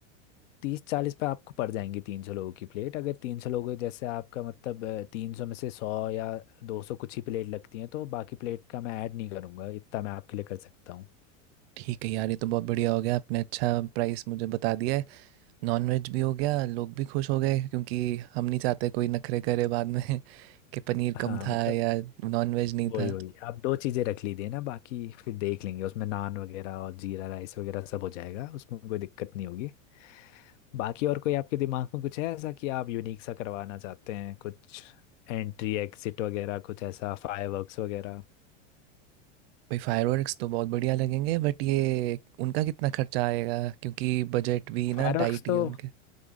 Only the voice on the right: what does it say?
ठीक है यार, ये तो बहुत बढ़िया हो गया, आपने अच्छा प्राइस मुझे बता दिया है। नॉन-वेज भी हो गया, लोग भी खुश हो गए क्योंकि हम नहीं चाहते कोई नखरे करे बाद में <laughs> कि पनीर
कम था
या नॉन-वेज नहीं
था।
भाई फायरवर्क्स तो बहुत बढ़िया लगेंगे बट ये उनका कितना खर्चा आएगा? क्योंकि बजट भी
ना टाइट ही
है उनके।